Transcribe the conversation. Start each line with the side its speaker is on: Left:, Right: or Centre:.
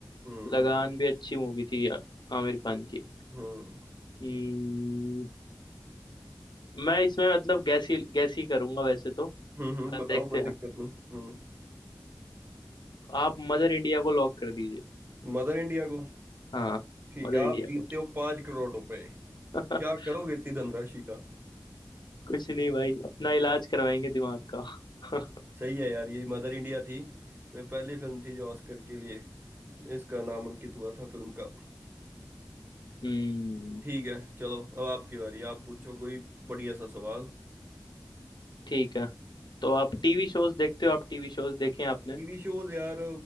Right: हम्म
Left: लगान भी अच्छी मूवी थी अ, आमिर खान की
Right: हम्म
Left: हम्म, मैं इसमें मतलब गैस ही गैस ही करूंगा वैसे तो
Right: हम्म हम्म,
Left: पर
Right: बताओ
Left: देखते
Right: कोई
Left: हैं
Right: दिक्कत नहीं हम्म
Left: आप मदर इंडिया को लॉक कर दीजिए
Right: मदर इंडिया को
Left: हाँ
Right: ठीक
Left: मदर
Right: है आप
Left: इंडिया
Right: जीतते
Left: को
Right: हो पांच करोड़ रुपए
Left: <laughs>
Right: क्या करोगे इतनी धनराशि का
Left: कुछ नहीं भाई अपना इलाज करवाएंगे दिमाग का <laughs>
Right: सही है यार ये मदर इंडिया थी तो ये पहली फिल्म थी जो ऑस्कर के लिए इसका नामांकित हुआ था फिल्म का
Left: हम्म
Right: ठीक है चलो अब आपकी बारी आप पूछो कोई बढ़िया सा सवाल
Left: ठीक है तो आप टीवी शोज देखते हो आप टीवी शोज देखे हैं आपने
Right: TV shows यार